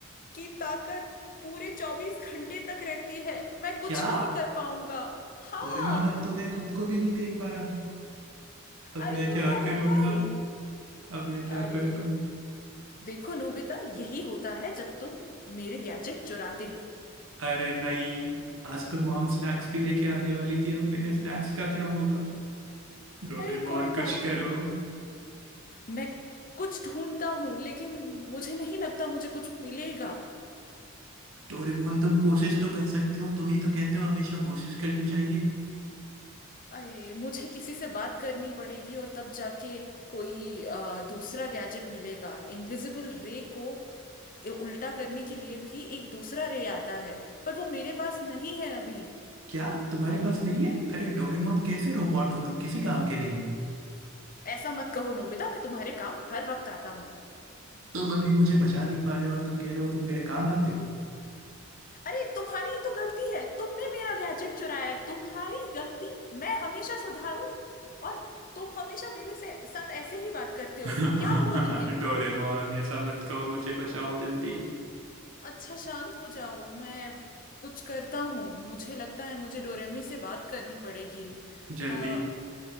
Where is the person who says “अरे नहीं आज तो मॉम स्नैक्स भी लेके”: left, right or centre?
Right